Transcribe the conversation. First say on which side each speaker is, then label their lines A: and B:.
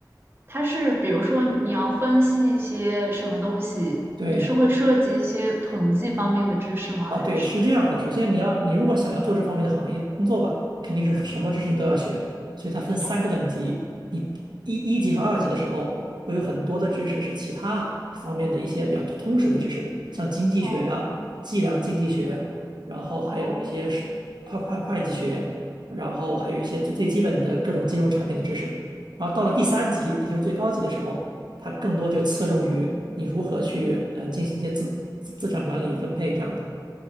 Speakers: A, on the right (about 30°); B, on the right (about 70°).
A: 它是比如说你要分析一些什么东西，
B: 对，
A: 是会涉及一些统计方面的知识吗？
B: 啊，
A: 还是？
B: 对，是这样的。首先，你要你如果想要做这方面的行业工作吧，肯定是什么知识你都要学。所以它分三个等级，
A: 哦
B: 你一一级和二级的时候，会有很多的知识是其他方面的一些比较通识的知识，像经济学呀、
A: 哦
B: 计量经济学，然后还有一些是会会会计学，
A: 哦
B: 然后还有一些最最基本的各种金融产品的知识。然后到了第三级，
A: 哦
B: 也就是最高级的时候，它更多就侧重于你如何去嗯进行一些资资资产管理分配这样的。